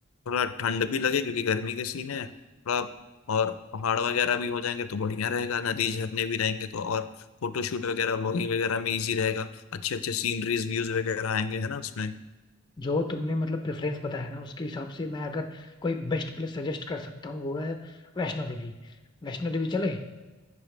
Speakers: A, on the left (about 85°); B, on the left (about 20°).
A: थोड़ा ठंड भी लगे क्योंकि गर्मी के सीन है थोड़ा और पहाड़ वगैरह भी हो जाएंगे तो बढ़िया रहेगा नदी झरने भी रहेंगे तो और फोटो शूट वगैरह व्लॉगिंग वगैरह में इजी रहेगा अच्छे अच्छे सीनरीज व्यूज वगैरह आएंगे है ना उसमें
B: जो तुमने मतलब प्रेफरेंस बताया ना उसके हिसाब से मैं अगर कोई बेस्ट प्लेस सजेस्ट कर सकता हूँ वो है वैष्णो देवी वैष्णो देवी चले